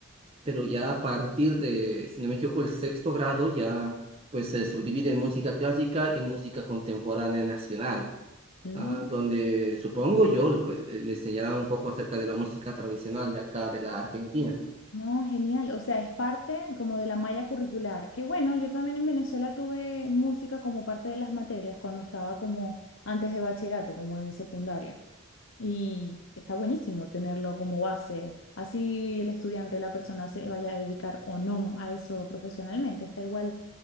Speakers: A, on the right; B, on the left.
A: pero ya a partir de, si no me equivoco, el sexto grado ya pues se subdivide en música clásica y música contemporánea nacional
B: Mm,
A: ah, donde supongo yo le- le enseñarán un poco acerca de la música tradicional de acá, de la Argentina.
B: no, genial, o sea, es parte como de la malla curricular, que bueno, yo también en Venezuela tuve música como parte de las materias cuando estaba como antes de bachillerato, como en secundaria. Y está buenísimo tenerlo como base. Así el estudiante, la persona se vaya a dedicar o no a eso profesionalmente. Está igual